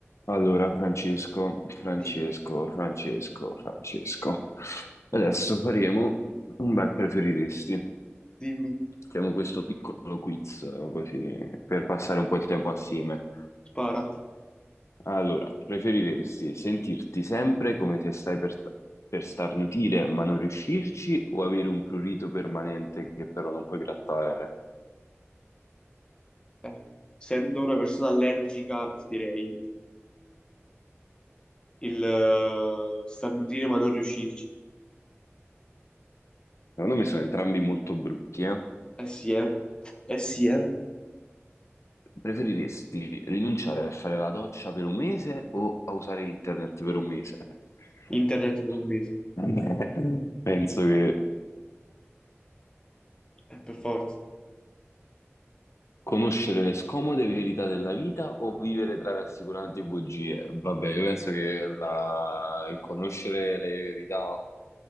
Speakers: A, on the left (about 80°); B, on the left (about 20°).
A: Allora, Francesco, Francesco,
B: Dimmi, dimmi,
A: Francesco,
B: dimmi,
A: Francesco. Adesso faremo un bel preferiresti.
B: dimmi,
A: Facciamo questo piccolo quiz, eh, così, per passare un po' il tempo assieme.
B: spara.
A: Allora, preferiresti sentirti sempre come se stai per, per starnutire ma non riuscirci o avere un prurito permanente che però non puoi grattare?
B: Eh, essendo una persona allergica, ti direi il eh, starnutire ma non riuscirci.
A: Secondo me sono entrambi molto brutti, eh?
B: Eh sì, eh. Eh sì, eh.
A: Preferiresti rinunciare a fare la doccia per un mese o a usare internet per un mese? <laughs>
B: Internet per un mese.
A: Vabbè, Penso che
B: Eh, per forza.
A: Conoscere le scomode verità della vita o vivere tra rassicuranti bugie? Vabbè, io penso che la- il conoscere le verità